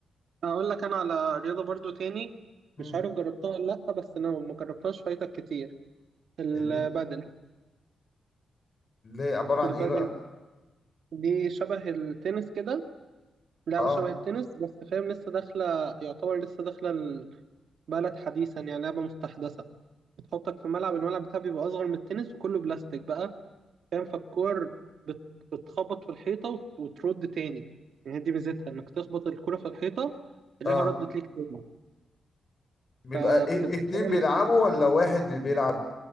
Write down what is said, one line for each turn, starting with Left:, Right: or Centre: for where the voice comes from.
Right: هقول لك انا على رياضه برضو تاني
Left: امم
Right: مش عارف جربتها ولا لا بس انا ما جربتهاش فايتك كتير البادل
Left: اللي اللي هي عبارة عن
Right: البادل
Left: ايه بقى
Right: دي شبه التنس كده لعبه
Left: اه
Right: شبه التنس بس فاهم لسه داخله يعتبر لسه داخله البلد حديثا يعني لعبه مستحدثه بتحطك في ملعب الملعب بتاعها بيبقى اصغر من التنس وكله بلاستيك بقى فاهم فالكور بت- بتخبط في الحيطة وت- وترد تاني يعني هي دي ميزتها انك تخبط الكرة في الحيطة تلاقيها
Left: اه
Right: ردت ليك تاني
Left: بيبقى
Right: فبتبقى
Left: إيه اتنين
Right: فاهم
Left: بيلعبوا ولا واحد اللي بيلعب